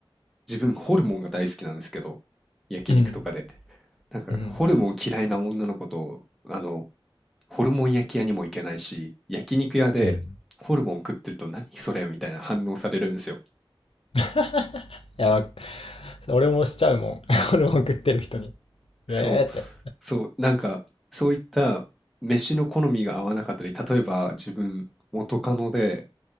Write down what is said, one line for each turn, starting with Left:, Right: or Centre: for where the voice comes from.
Centre: 自分ホルモンが大好きなんですけど、焼肉とかで。
Left: うん。
Centre: なんかホルモン嫌いな女の子と、
Left: うん。
Centre: あの、ホルモン焼き屋にも行けないし、焼肉屋でホルモン食ってると何それみたいな反応されるんですよ。
Left: うん。<laughs> いや、俺もしちゃうもん。<laughs> 俺も送ってる人に。
Centre: そう、
Left: えーって。
Centre: そう、なんかそういった飯の好みが合わなかったり、例えば自分元カノで、